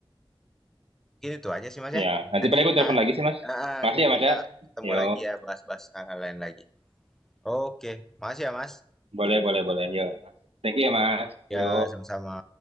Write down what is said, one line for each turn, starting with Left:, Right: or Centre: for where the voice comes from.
Centre: Mungkin itu aja sih Mas ya.
Right: ya nanti
Centre: Nanti
Right: paling
Centre: kita
Right: aku telepon lagi sih mas.
Centre: ah,
Right: Masih
Centre: kita,
Right: ya
Centre: kita
Right: mas ya.
Centre: ketemu
Right: Yo,
Centre: lagi ya bahas-bahas hal lain lagi. Oke, makasih ya Mas.
Right: boleh boleh boleh. Yo, mas. Thank you ya mas.
Centre: Ya,
Right: Yo.
Centre: sama-sama.